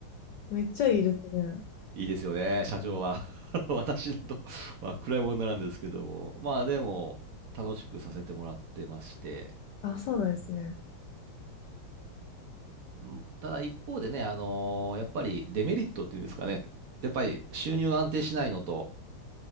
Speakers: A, on the left (about 70°); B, on the right (about 75°).
A: めっちゃいいですね。
B: いいですよね、社長は。<laughs> 私だとまあ暗いものなんですけども、まあでも、楽しくさせてもらってまして、
A: あ、そうなんですね。
B: はいうんただ一方でね、あのーやっぱりデメリットっていうんですかね、やっぱり収入安定しないのと、